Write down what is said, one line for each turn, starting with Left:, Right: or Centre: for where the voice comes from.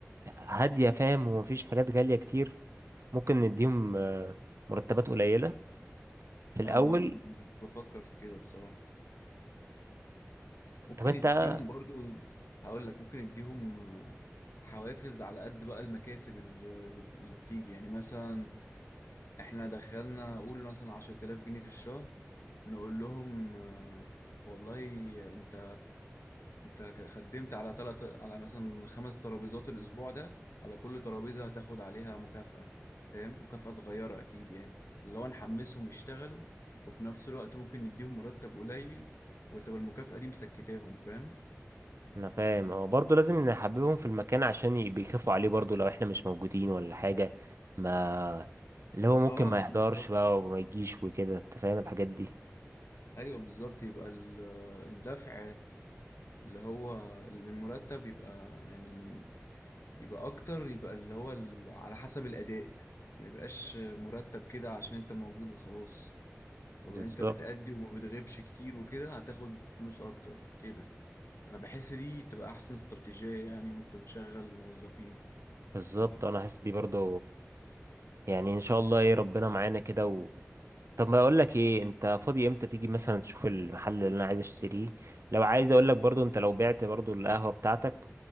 Right: هادية فاهم ومفيش حاجات غالية كتير ممكن نديهم آه، مرتبات قليلة في الاول
Left: اه أنا بفكر في كده بصراحة ممكن
Right: طب انت
Left: يديهم برضو هقول لك ممكن يديهم آه، حوافز على قد بقى المكاسب اللي اللي بتيجي يعني مثلا احنا دخلنا قول مثلا عشرة آلاف جنيه في الشهر نقول لهم آه، والله انت انت خدمت على تلت على مثلا خمس ترابيزات الاسبوع ده على كل ترابيزة هتاخد عليها مكافأة فاهم مكافأة صغيرة اكيد يعني فاللي هو نحمسهم يشتغلوا وفي نفس الوقت ممكن نديهم مرتب قليل وتبقى المكافأة دي مسكتاهم فاهم
Right: انا فاهم اه برضه لازم نحببهم في المكان عشان ي- بيخافوا عليه برضه لو احنا مش موجودين ولا حاجة ما اللي هو ممكن
Left: اه
Right: ما يحضرش
Left: بالظبط
Right: بقى وما يجيش وكده انت فاهم الحاجات دي
Left: ايوه بالظبط يبقى ال- الدفع اللي هو المرتب يبقى يعني يبقى اكتر يبقى اللي هو ال- على حسب الاداء ما يبقاش مرتب كده عشان انت موجود وخلاص والله
Right: بالظبط
Left: انت بتأدي وما بتغيبش كتير وكده هتاخد فلوس اكتر كده انا بحس دي تبقى احسن استراتيجية يعني وانت بتشغل الموظفين
Right: بالظبط انا حاسس دي برضه يعني ان شاء الله ايه ربنا معانا كده و... طب ما اقول لك ايه انت فاضي امتى تيجي مثلا تشوف المحل اللي انا عايز اشتريه لو عايز اقول لك برضه انت لو بعت برضه القهوة بتاعتك